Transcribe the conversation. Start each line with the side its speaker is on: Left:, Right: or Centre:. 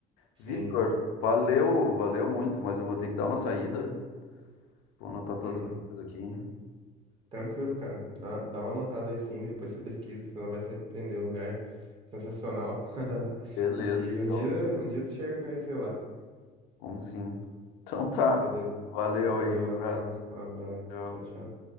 Right: Sim.
Left: Vitor, valeu, valeu muito, mas eu vou ter que dar uma saída. Vou anotar tuas
Right: Uhum.
Left: dicas aqui.
Right: Tranquilo, cara. Dá, dá uma notada aí sim, depois você pesquisa, você não vai se arrepender. É um lugar sensacional. <laughs>
Left: Beleza,
Right: E
Left: então.
Right: um dia, um dia tu chega a conhecer lá.
Left: Vamos sim. Então tá.
Right: Beleza.
Left: Valeu
Right: Valeu,
Left: aí,
Right: Lazão.
Left: um abraço.
Right: Um abraço.
Left: Tchau.
Right: Tchau, tchau.